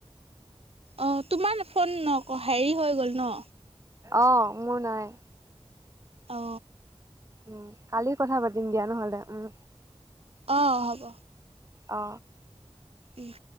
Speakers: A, on the right (about 65°); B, on the right (about 30°).
A: অ তোমাৰ ফোন নক হেৰি হৈ গ'ল ন?
B: অ মোৰ নাই।
A: অ।
B: উম কালি কথা পাতিম দিয়া নহলে। উম
A: অঁ হ'ব।
B: অ।
A: উম।